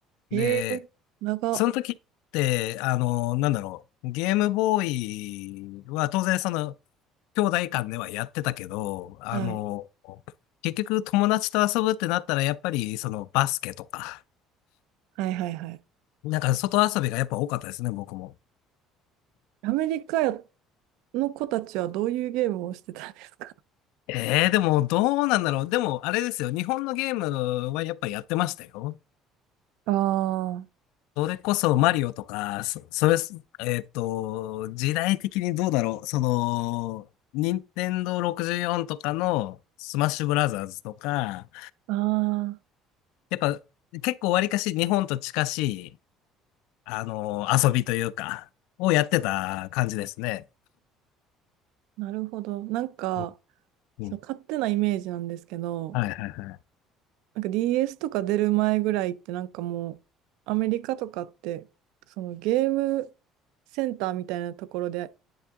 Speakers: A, on the right; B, on the left.
A: ええ長。
B: で、その時って、あの、なんだろう、ゲームボーイは当然その、兄弟間ではやってたけど、あの、
A: はい。
B: 結局友達と遊ぶってなったら、やっぱりそのバスケとか、
A: はいはいはい。
B: なんか外遊びがやっぱ多かったですね、僕も。
A: アメリカの子たちはどういうゲームをしてたんですか
B: えー、でもどうなんだろう。でもあれですよ、日本のゲームはやっぱやってましたよ。
A: あ
B: それこそマリオとか、そ、それ、えっと、時代的にどうだろう。その、任天堂64とかのスマッシュブラザーズとか、
A: あああ、
B: やっぱ結構わりかし日本と近しい、あの、遊びというか、をやってた感じですね。
A: なるほど。なんか、
B: うんうん
A: その勝手なイメージなんですけど、
B: はいはいはい。
A: なんか DS とか出る前ぐらいってなんかもう、アメリカとかって、そのゲームセンターみたいなところで